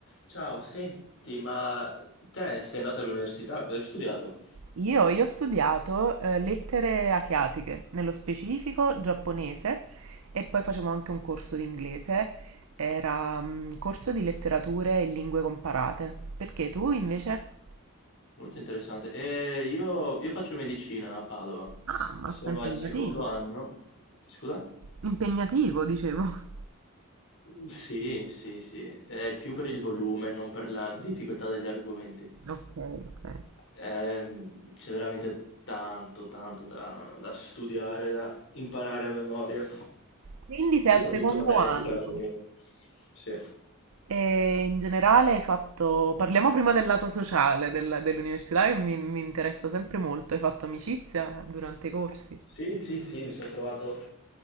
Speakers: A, on the left; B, on the right.
A: Ciao, senti, ma te sei andata all'università, cosa hai studiato?
B: Io, io ho studiato eh, lettere asiatiche, nello specifico giapponese, e poi facevo anche un corso di inglese, era un corso di letterature e lingue comparate. Perché tu invece?
A: Molto interessante. E io, io faccio medicina a Padova,
B: Ah, ma
A: sono
B: sta impegnativo.
A: al secondo anno. Scusa?
B: Impegnativo, dicevo. <laughs>
A: Mm, Sì, sì, sì, è più per il volume, non per la difficoltà degli argomenti.
B: Ok, ok.
A: Ehm, c'è veramente tanto, tanto da, da studiare, da imparare a memoria,
B: Quindi sei
A: soprattutto
B: al secondo
A: materie
B: anno.
A: tipo anatomia. Sì.
B: E in generale hai fatto... Parliamo prima del lato sociale della- dell'università che mi, mi interessa sempre molto. Hai fatto amicizia durante i corsi?
A: Sì, sì, sì, mi sono trovato